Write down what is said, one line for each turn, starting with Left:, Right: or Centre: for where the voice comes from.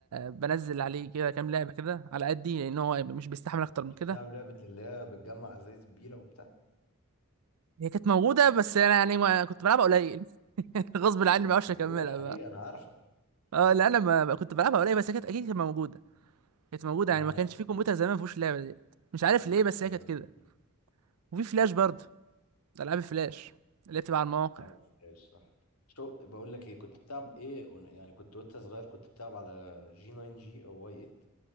Right: بنزل عليه كده كام لعبه كده على قدي لان هو مش بيستحمل اكتر
Left: كنت
Right: من كده
Left: بتلعب لعبه اللي هي بتجمع ازايز بيره وبتاع
Right: هي كانت موجودة بس أنا يعني ما كنت بلعبها قليل <laughs> غصب عني
Left: بس
Right: ما بعرفش
Left: بقول
Right: أكملها
Left: الحقيقه
Right: بقى
Left: انا عارفه <laughs>
Right: اه لا أنا ما ما كنت بلعبها قليل بس هي كانت أكيد كانت موجودة كانت موجودة
Left: اه
Right: يعني ما كانش في كمبيوتر زمان ما فيهوش اللعبة دي مش عارف ليه بس
Left: ايوه
Right: هي كانت كده
Left: ده حقيقي
Right: وفي فلاش برضه ألعاب فلاش اللي بتبقى على المواقع
Left: العاب الفلاش صح شو بقول لك ايه كنت بتلعب ايه ون- يعني كنت وانت صغير كنت بتلعب على جي 9 جي او واي